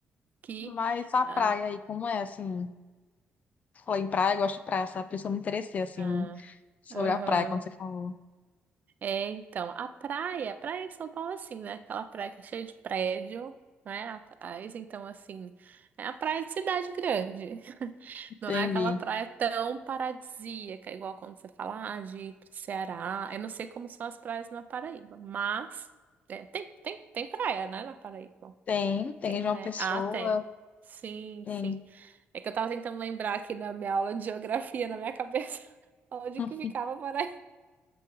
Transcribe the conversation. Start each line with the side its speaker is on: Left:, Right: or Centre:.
Right: que.
Left: Mas a
Right: Ah,
Left: praia aí, como é assim? Falei em praia, eu gosto de praia, sabe? Por isso eu me interessei, assim,
Right: ah,
Left: sobre
Right: aham.
Left: a praia, quando você falou.
Right: É, então, a praia, a praia de São Paulo é assim, né? Aquela praia que é cheia de prédio, né? Atrás, então, assim, é a praia de cidade grande. <laughs>
Left: Entendi.
Right: Não é aquela praia tão paradisíaca, igual quando você fala, ah, de ir pro Ceará. Eu não sei como são as praias na Paraíba, mas é, tem, tem, tem praia, né, na Paraíba.
Left: Tem, tem
Right: Tem,
Left: João
Right: né?
Left: Pessoa,
Right: Ah, tem. Sim,
Left: tem.
Right: sim. É que eu tava tentando lembrar aqui da minha aula de geografia na minha cabeça, <laughs> onde
Left: Hum,
Right: que ficava a Paraíba.